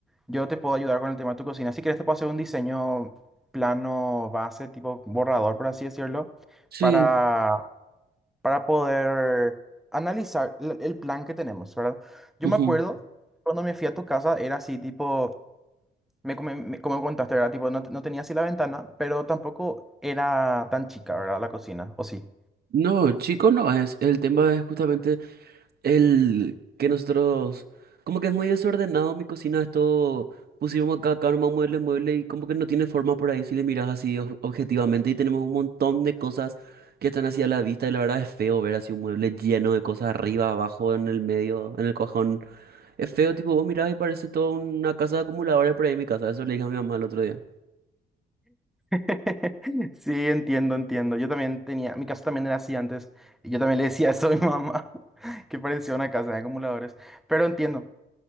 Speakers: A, in the centre; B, on the right.
A: yo te puedo ayudar con el tema de tu cocina. Si quieres te puedo hacer un diseño plano base, tipo borrador, por así decirlo.
B: sí,
A: para para poder analizar l- el plan que tenemos, ¿verdad? Yo
B: ujú.
A: me acuerdo cuando me fui a tu casa, era así, tipo, me, come- me- como me contaste, ¿verdad? Tipo, no, no tenía así la ventana, pero tampoco era tan chica, ¿verdad? La cocina, ¿o sí?
B: No, chico, no es. El tema es justamente el que nosotros, como que es muy desordenado mi cocina, esto pusimos acá, acá nomás mueble, mueble y como que no tiene forma por ahí si le miras así ob- objetivamente y tenemos un montón de cosas que están así a la vista y la verdad es feo ver así un mueble lleno de cosas arriba, abajo, en el medio, en el cajón. Es feo, tipo, vos mirás y parece toda una casa de acumuladores por ahí en mi casa. Eso le dije a mi mamá el otro día.
A: <laughs> Sí, entiendo, entiendo. Yo también tenía, mi casa también era así antes, y yo también le decía eso a mi mamá, <laughs> que parecía una casa de acumuladores, pero entiendo,